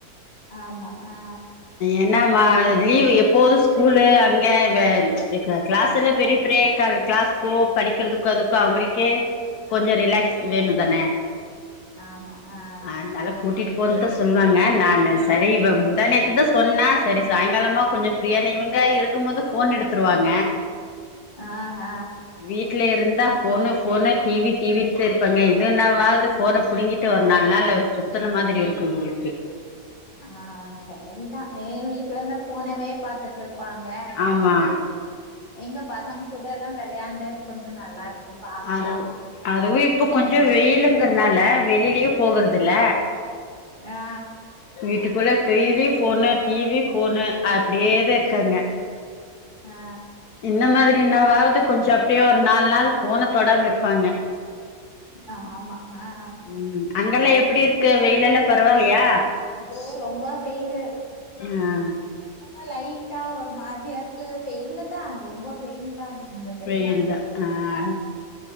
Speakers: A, on the left; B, on the left.
A: ஆமா ஆ
B: என்னமா லீவ் எப்போது ஸ்கூலு அங்கே க கிளாஸ் எல்லா பெரிய பெரிய கிளாஸ்கோ படிக்கிறதுக்கோ அதுக்கோ அவுங்களு கே கொஞ்சோ ரிலாக்ஸ்
A: அ
B: வேணு தான
A: ஆமா ஆ
B: அதுனால கூட்டிட்டு போனுதா சொல்லுவாங்க நானு செரி இவ முந்தானேத்து தா சொன்னா செரி சாய்ங்காலமா கொஞ்சோ ஃபிரியானு இவுங்க இருக்கும் போது ஃபோன் எடுத்துருவாங்க
A: ஆ ஹ
B: வீட்ல இருந்தா ஃபோனு ஃபோ ஃபோனு டி வி டி வின்ட்டு இருப்பாங்க இதுனாவாது ஃபோன புடுங்கிட்டு ஒரு நால் நாளு சுத்தற மாதிரி இருக்கு இவுங்களுக்கு
A: ஆ செரிதா எ வீட்ல இருந்தா ஃபோனவே பாத்துட்ருப்பாங்க
B: ஆமா
A: எங்க பசங்க கூடதா விளையாண்டு கொஞ்சோ நல்லாருக்கு பாக்கலா
B: அது அதுவு இப்ப கொஞ்சோ
A: ம்
B: வெயிலுங்கறனால வெளிலயு போகறதுல
A: ஆ
B: வீட்டுக்குள்ள T V phone T V phone அப்டியே தா இருக்காங்க
A: ஆ
B: இந்த மாதிரினாவது கொஞ்சோ அப்டியே ஒரு நால் நாள் ஃபோன தொடாம இருப்பாங்க
A: ஆமா ஆ ஆ
B: ம் அங்கல்லா எப்டி இருக்கு வெயிலல்லா பரவால்லயா
A: போ ரொம்ப வெயிலு
B: ஆ
A: அப்பப்ப லைட்டா ஒரு மாதியா இருக்கு வெயிலு தா ரொம்ப வெயில் தா இந்த டைமு
B: வெயில்தா ஆ